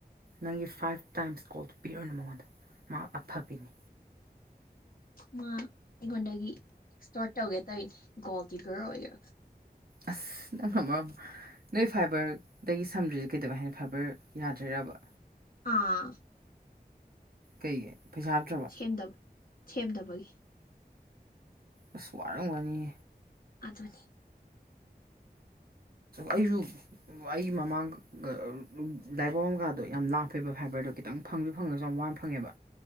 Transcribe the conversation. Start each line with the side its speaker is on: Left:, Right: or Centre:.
Right: ꯅꯪꯒꯤ ꯐꯥꯏꯚ ꯇꯥꯏꯝꯁ ꯀꯣꯜꯗꯨ ꯄꯤꯔꯨꯅꯨ ꯃꯉꯣꯟꯗ ꯃꯍꯥꯛ ꯑꯐꯕꯤꯅꯤ꯫
Left: ꯃꯥ ꯑꯩꯉꯣꯟꯗꯒꯤ ꯑꯦꯛꯁꯇꫭꯔꯠ ꯇꯧꯒꯦ ꯇꯧꯅꯤ ꯒꯣꯜ ꯗꯤꯒꯔ ꯑꯣꯏꯔꯒ꯫
Right: ꯑꯁ ꯅꯪꯅ ꯃꯔꯣꯝ ꯃ ꯅꯣꯏ ꯐꯥꯏꯕꯔ ꯗꯒꯤ ꯁꯝꯗ꯭ꯔꯤꯁꯦ ꯀꯩꯗꯧ ꯍꯥꯏꯅ ꯐꯥꯏꯕꯔ ꯌꯥꯗ꯭ꯔꯤꯔꯥꯕ꯫
Left: ꯑꯥ꯫
Right: ꯀꯩꯒꯤ ꯄꯩꯁꯥ ꯍꯥꯞꯇ꯭ꯔꯕꯣ
Left: ꯁꯦꯝꯗꯕ ꯁꯦꯝꯗꯕꯒꯤ
Right: ꯑꯁ ꯋꯥꯔꯝꯒꯅꯤ
Left: ꯑꯗꯨꯅꯤ
Right: ꯑꯩꯁꯨ ꯑꯩꯒꯤ ꯃꯃꯥꯡꯒ <unintelligible> ꯀꯥꯗꯣ ꯌꯥꯝ ꯂꯥꯞꯄꯦꯕ ꯐꯥꯏꯕꯔꯗꯣ ꯈꯤꯇꯪ ꯐꯪꯁꯨ ꯐꯪꯉꯁꯨ ꯌꯥꯝ ꯋꯥꯅ ꯐꯪꯉꯦꯕ